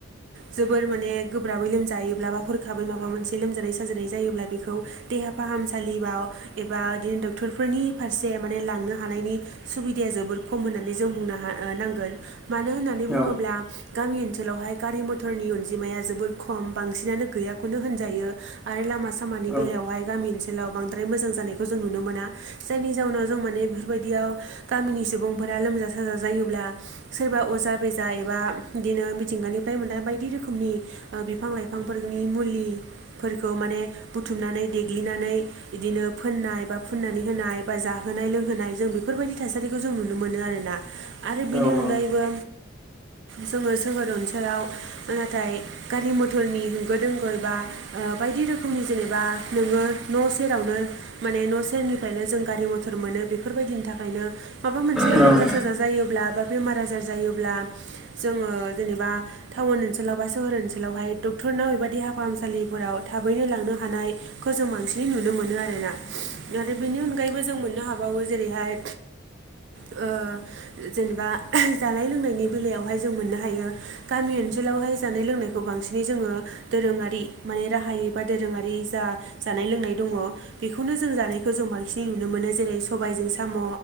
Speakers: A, on the right; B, in the centre.
A: जोबोर माने गोब्राबै लोमजायोब्ला बा हरखाबै माबा मोनसे लोमजानाय साजानाय जायोब्ला बेखौ देहा फाहामसालि बाव एबा बिदिनो डक्टरफोरनि फारसे माने लांनो हानायनि सुबिदाया जोबोर खम होननानै जों बुंनो ह नांगोन मानो होननानै बुङोब्ला
B: औ
A: गामि ओनसोलावहाय गारि मथरनि अनजिमाया जोबोद खम बांसिनानो गैयाखौनो होनजायो। आरो लामा सामानि
B: उम
A: बेलायावहाय गामि ओनसोलाव बांद्राय मोजां जानायखौ जों नुनो मोना जायनि जाउनाव जों माने बेफोरबायदियाव गामिनि सुबुंफोरा लोमजा साजा जायोब्ला सोरबा अजा बेजा एबा बिदिनो मिथिंगानिफ्राय मोना बायदि रोखोमनि बिफां लाइफांफोरनि मुलिफोरखौ माने बुथुमनानै देग्लिनानै बिदिनो फोननाय बा फुननानै होनाय बा जाहोनाय लोंहोनाय जों बेफोरबायदि थासारिखौ खौ जों नुनो मोनो आरोना आरो बेनि
B: औ
A: अनगायैबो
B: औ
A: जोंङो सोहोर ओनसोलाव नाथाय गारि मथरनि होंगो दोंगो बा ओ बायदि रोखोमनि जेनेबा नोंङो न' सेरावनो माने न' सेरनिफ्रायनो जों गारि मथर मोनो बेफोरबायदिनि थाखायनो माबा मोनसे
B: औ
A: लोमजा
B: औ
A: साजा जायोब्ला बा बेमार आजार जायोब्ला जोंङो जेनेबा टाउन ओनसोलाव बा सोहोर ओनसोलावहाय डक्टरनाव बेबदि दहा फाहामसालिफोराव थाबैनो लांनो हानाय गोजौ बांसिनै नुनो मोनो आरोना आरो बेनि अनगायैबो जों मोननो हाब गबावो जेरैहाय ओ जेनेबा जानाय लोंनायनि बेलायावहाय जों मोननो हायो गामि ओनसोलावहाय जानाय लोंनायखौ बांसिनै जोङो दोरोंङारि माने राहायै बा दोरोंङारि जा जानाय लोंनाय दंङो। बेखौनो जों जानायखौ जों बांसिनै नुनो मोनो जेरै सबायजों साम'